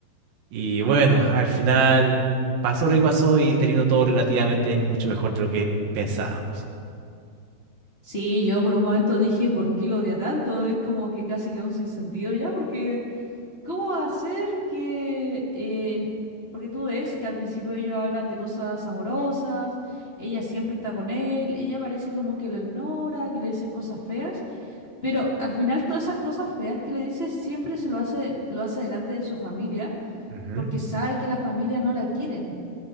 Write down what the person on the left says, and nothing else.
Sí, yo por un momento dije, ¿por qué lo odia tanto? Es como que casi que un sinsentido ya, porque... ¿Cómo va a ser que, eh, porque tú ves que al principio ellos hablan de cosas amorosas, ella siempre está con él, ella parece como que lo ignora, que le dice cosas feas, pero al final todas esas cosas feas que le dice siempre se lo hace, lo hace delante de su familia,
porque sabe que la familia no la quieren.